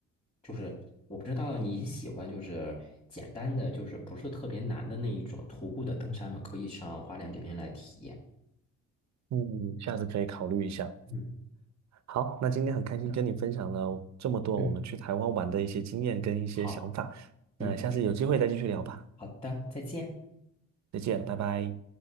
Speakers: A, on the left; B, on the right.
A: 就是我不知道你喜欢就是简单的，就是不是特别难的那一种徒步的登山吗？可以上花莲这边来体验。
B: 嗯，下次可以考虑一下。
A: 嗯
B: 好，那今天很开心跟你分享了这么多我们去台湾玩的一些经验跟一些想法，
A: 嗯，好。
B: 那下次有机会再继续聊吧，
A: 嗯。好的，再见。
B: 再见，拜拜。